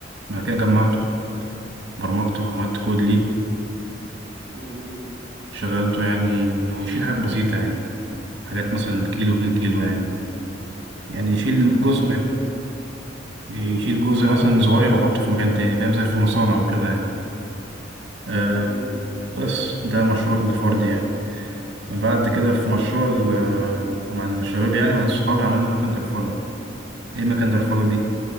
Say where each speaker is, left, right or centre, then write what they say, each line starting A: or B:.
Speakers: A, on the right (about 65°); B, on the right (about 50°).
A: بعد كده جمعته برمجته عملت كود ليه
B: جميل جدا
A: وشغلته يعني انه يشيل حاجات بسيطة يعني حاجات مثلا كيلو 2 كيلو يعني يعني يشيل جزء
B: حلو جدا
A: يشيل جزء مثلا صغير واحطه في مكان تاني فاهم زي في المصانع وكده يعني آه،
B: جميل جدا
A: بس ده مشروع الفرد يعني بعد كده في مشروع ال- مع الشباب يعني مع ناس صحابي عملنا مكن درفلة ايه مكن درفلة دي